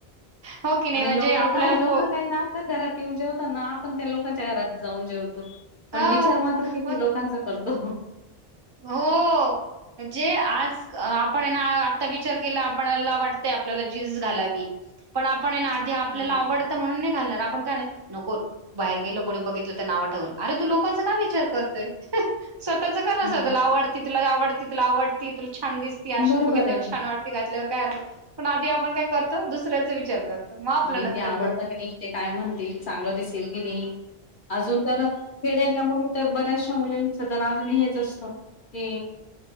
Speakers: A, on the right; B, on the left.
A: हो की नाही
B: आणि
A: म्हणजे
B: लोक
A: आपल्याला
B: काय लोकं
A: को
B: काय ना आता घरात येऊन जेवताना आपण त्या लोकांच्या घरात जाऊन जेवतो. पण
A: अ
B: विचार मात्र किती
A: मग
B: लोकांचा करतो.
A: हो. म्हणजे आज आपण ना आता विचार केला आपणला वाटतय आपल्याला जीन्स घालावी पण आपण ना आधी आपल्याला
B: हम्म.
A: आवडत म्हणून नाही घालता पण काय नाही नको बाहेर गेल कोणी बघितलं तर नाव ठेवल अरे तू लोकांचा काय विचार करतोय. स्वतःचा
B: हम्म
A: तुला आवडती, तुला आवडती, तुला आवडती तुला छान दिसती आरश्या
B: बरोबर
A: त बघितल्यावर
B: आहे.
A: छान वाटती घातल्यावर. काय पण आधी आपण काय करतो दुसऱ्याचा विचार करतो मग आपला
B: इथे
A: नंतर
B: आवडतं
A: करतो.
B: की नाही इथे काय म्हणतील चांगलं दिसेल की नाही. अजून तर खेड्यातल्या मुली तर बऱ्याचशा मुली अजून ही हेच असत ते